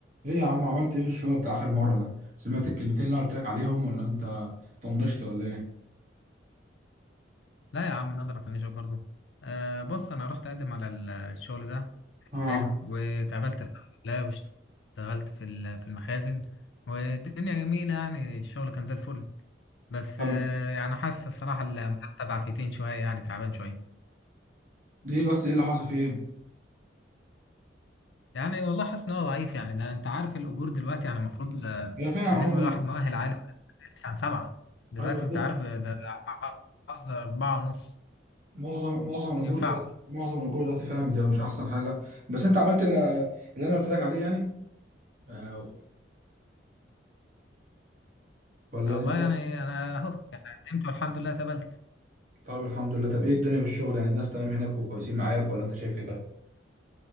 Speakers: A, on the right; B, on the left.
A: ايه يا عم عملت ايه في الشغل بتاع اخر مرة ده سمعت الكلمتين اللي انا قلت لك عليهم ولا انت طنشت ولا ايه
B: لا يا عم نقدر افنشك برضو آه بص انا رحت اقدم على ال- الشغل ده
A: اه
B: حلو واتقابلت لا واشتغلت في ال- في المخازن والدنيا جميلة يعني الشغل كان زي الفل بس
A: طب
B: آه يعني حاسس الصراحة المرتب عفيتين شوية يعني تعبان شوية
A: ليه بس ايه اللي حصل فيه
B: يعني والله حاسس ان هو ضعيف يعني ده انت عارف الاجور دلوقتي يعني المفروض آه،
A: هي فعلا
B: بالنسبة
A: اول
B: لواحد مؤهل عالي ما يقلش عن سبعة دلوقتي
A: ايوه بالظبط
B: انت عارف آه، ده عقد أربعة ونص
A: معظم معظم الاجور
B: ينفع
A: دلوقتي معظم الاجور دلوقتي فعلا بتبقى مش احسن حاجة بس انت عملت ال- اللي انا قلت لك عليه يعني آه، ولا
B: والله
A: انت
B: يعني انا اهو يعني قدمت والحمد لله اتقبلت
A: طب الحمد لله طب ايه الدنيا في الشغل يعني الناس تمام هناك وكويسين معاك ولا انت شايف ايه طيب